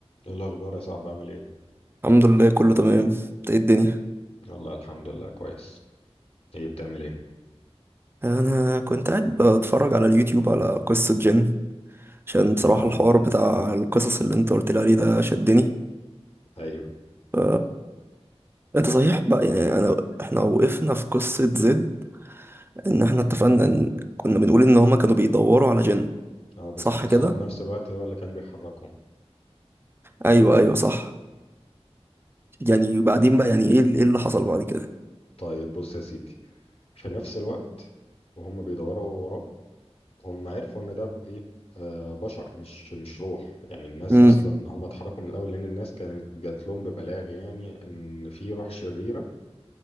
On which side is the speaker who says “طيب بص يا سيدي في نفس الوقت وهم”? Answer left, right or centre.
Left